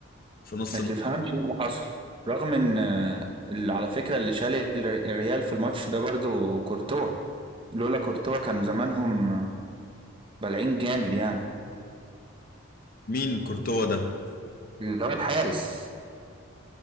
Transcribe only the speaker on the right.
ما
تفهمش ايه اللي حصل رغم ان آه، اللي على فكرة اللي شال الر- الريال في الماتش ده برضو كورتوا لولا كورتوا كان زمانهم آه، بلعين جامد يعني
اللي هو الحارس